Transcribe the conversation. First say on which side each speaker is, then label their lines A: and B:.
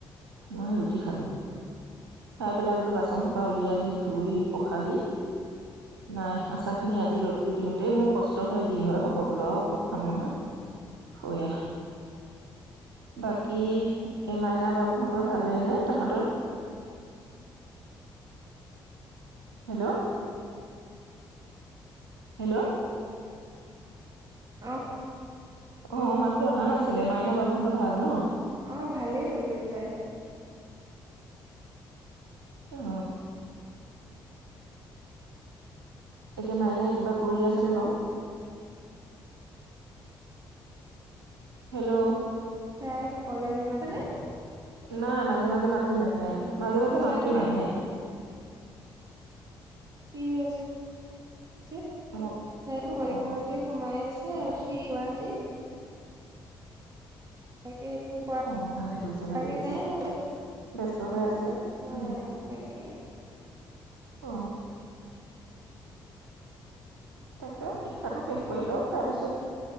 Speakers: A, on the right; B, on the right.
A: মই সেই ৰুটি খালো খাই পেলাই বোলো বাচন সোপা উলিয়াই আ নি ধুই পখালি নাই আচাৰ খিনি আজি ৰ'দ দিওঁতেই মোৰ কষ্ট হয় যি হয় হ'ব বোল আৰু ঔষধ খাম নহয়, শয়া বাকী এই মাইনা বাবুহঁতৰ ভালেই নে তাহতৰ। হেল্ল'। হেল্ল'।
B: অ। <unintelligible>
A: অ মাতটো অহা নাছিলে, মাইনা বাব তহঁতৰ ভাল ন?
B: অ ভালেই বোলো দুই তাই।
A: এ অ, এতিয়া মাইনাই কিবা কৰি আছেনে বাও হেল্ল'।
B: তাই কলেজলে গ'ল নে।
A: নাই, মাজে মাজে মাতটো নাহে। মাজে মাজে
B: অঁ
A: মাতটো
B: জানো
A: নাহে।
B: কি হৈছ <unintelligible> সোমাই
A: মই
B: আছে
A: অ
B: আৰু সি গুৱাহাটী ই একো কৰা
A: অ ভালে কৰিছে ভালে
B: <unintelligible>
A: কৰিছে ব্যস্ত হৈ
B: অ,
A: আছে
B: এ
A: উম
B: তাকে
A: অ তাকে শিক্ষাটো শেষ কৰি লওক। তাৰপিছত,